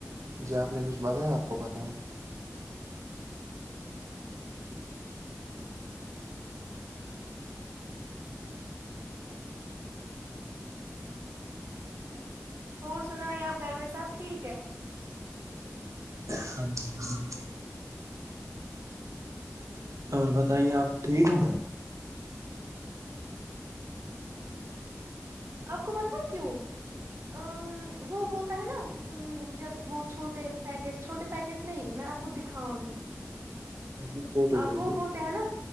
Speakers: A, on the right; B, on the right.
A: جی آپ نے کچھ بتایا آپ کو پتہ ہے
B: اور سنائیے آپ گھر میں سب ٹھیک ہے
A: ہاں جی ہاں جی اور بتائیے آپ ٹھیک ہو
B: آپ کو پتہ ہے کیوں آمم وہ ہوتا ہے نا جب وہ چھوٹے پیکٹ چھوٹے پیکٹ نہیں میں آپ کو دیکھاؤں گی
A: آپ نے فوٹو بھیجی
B: وہ ہوتے ہیں نا